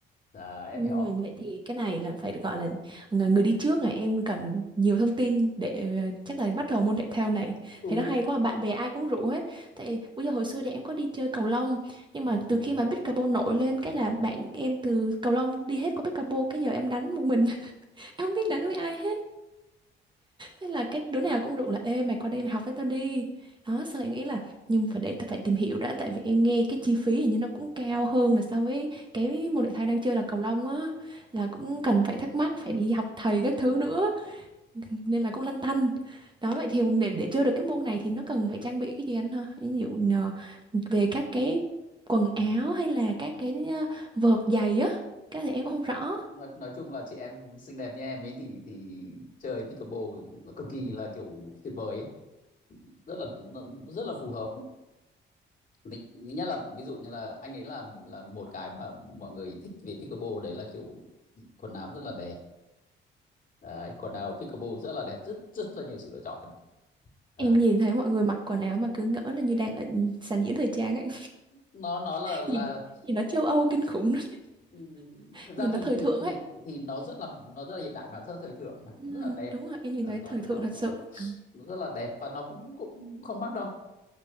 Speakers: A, on the left (about 40°); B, on the right (about 25°).
A: Đấy, em
B: Ừ,
A: hiểu
B: Vậy
A: không?
B: thì cái này là phải gọi là ng- người đi trước này em cần nhiều thông tin để ờ, chắc là bắt đầu môn thể thao này
A: Ừ.
B: thấy nó hay quá bạn bè ai cũng rủ hết tại bây giờ hồi xưa thì em có đi chơi cầu lông nhưng
A: ừ.
B: mà từ khi mà pickleball nổi lên cái là bạn em từ cầu lông đi hết qua pickleball cái giờ em đánh một mình <laughs> em không biết đánh với ai hết Thế là cái đứa nào cũng rủ là ê mày qua đây mày học với tao đi. Đó, xong em nghĩ là nhưng phải để tao phải tìm hiểu đã tại vì em nghe cái chi phí hình như nó cũng cao hơn là so với cái môn thể thao đang chơi là cầu lông á là cũng cần phải thắc mắc phải đi học thầy các thứ nữa nên là cũng lăn tăn. Đó vậy thì để để chơi được cái môn này thì nó cần phải trang bị cái gì anh ha? Ví dụ ờ, về các cái quần áo hay là các cái ờ, vợt giày á, cái thì em cũng không rõ.
A: Nói, nói chung là chị em xinh đẹp như em ấy thì thì chơi pickleball là cực kỳ là kiểu tuyệt vời ấy. Rất là nó- rất là phù hợp Ví, thứ nhất là ví dụ như là anh ấy là là một cái mà mọi người thích về pickleball đấy là kiểu quần áo rất là đẹp đấy quần áo pickleball rất là đẹp rất rất là nhiều sự lựa chọn Đấy.
B: Em nhìn thấy mọi người mặc quần áo mà cứ ngỡ là như đang ở sàn diễn thời trang ấy.
A: nó nó là là
B: nhìn nhìn nó châu Âu kinh khủng
A: ừm,
B: <laughs>
A: thực ra
B: nhìn
A: thì
B: nó thời
A: thì
B: thượng ấy
A: thì thì nó rất là nó rất là hiện đại mà rất là thời thượng mà
B: ừ,
A: nó rất là đẹp
B: đúng rồi em nhìn
A: À,
B: thấy
A: nó
B: thời
A: nó
B: thượng thật
A: nó
B: sự
A: nó,
B: Đó.
A: nó rất là đẹp và nó cũng cũng không mắc đâu